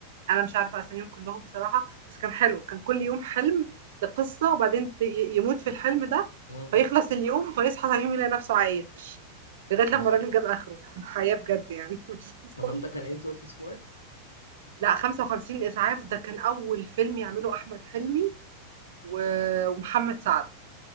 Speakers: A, on the right; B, on the left.
A: أنا مش عارفة أساميهم كلّهم بصراحة، بس كان حلو، كان كل يوم حلم بقصة وبعدين ت ي يموت في الحلم ده،
B: امم
A: فيخلص اليوم، فيصحى تاني يوم يلاقي نفسه عايش، لغاية لمّا
B: ده
A: الراجل
B: حقيقي
A: جاب آخره، حياة بجد يعني <laughs> مش هزار.
B: امال ده كان انت قلت اسمه ايه
A: لأ، 55 إسعاف ده كان أول فيلم يعمله أحمد حلمي و ومحمد سعد،